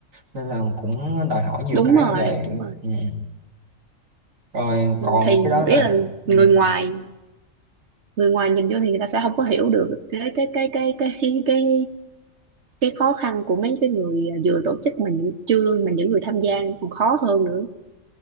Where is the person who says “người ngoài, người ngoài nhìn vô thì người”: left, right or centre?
Right